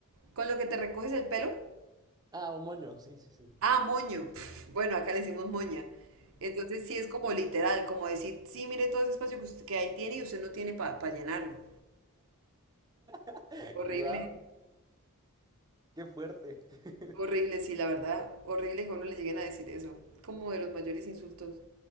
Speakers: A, on the right; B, on the right.
A: con lo que te recoges el pelo.
B: Ah, un moño, sí, sí, sí.
A: Ah, moño. <laughs> Bueno, acá le decimos moña. Entonces sí es como literal, como decir, sí, mire todo ese espacio que, usted, que ahí tiene y usted no tiene para llenarlo.
B: <laughs>
A: Horrible,
B: ¡Guau! ¡Qué fuerte! <laughs>
A: horrible, sí, la verdad, horrible que a uno le lleguen a decir eso. Como de los mayores insultos.